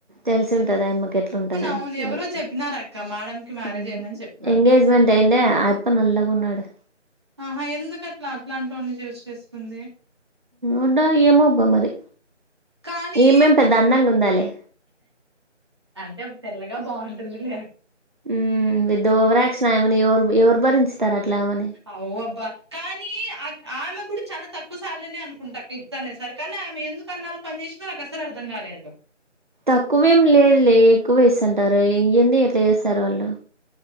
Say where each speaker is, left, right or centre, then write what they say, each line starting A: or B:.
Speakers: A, on the right; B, on the right.
A: తెలిసుంటది ఆయమ్మకి ఎట్లుందని
B: అవును ఎవరో
A: లైఫ్
B: చెప్పినారు అక్క మేడం కి మ్యారేజ్
A: మ్
B: అయిందని చెప్పినారు
A: ఎంగేజ్మెంట్ టేండే అయప్ప నల్లగున్నాడు
B: ఆహ ఎందుకు అట్లా అట్లాంటోన్ని చూస్ చేసుకుంది
A: ఉండో ఏమో అబ్బ మరి
B: కానీ
A: ఈమేం పెద్ద అందంగా ఉందాలే
B: అంటే తెల్లగా బావుంటుంది లే
A: మ్ పెద్ద ఓవరాక్షన్ ఆమెని ఎవరు ఎవరు భరించుతారు అట్లా ఆమె
B: ఆవ్ అబ్బా కానీ అక్ ఆమెకి కూడ చానా తక్కువ సాలరీనే అనుకుంటా అక్క ఇట్లనే సర్కార్లనే ఆమె ఎందుకు అన్నాలు పనిచేసిందో నాకు అస్సలు అర్థం గాలేదు
A: తక్కువేం లేదు లే ఎక్కువేసుంటారు ఇయ్యంది ఎట్ల చేసారు వాళ్ళు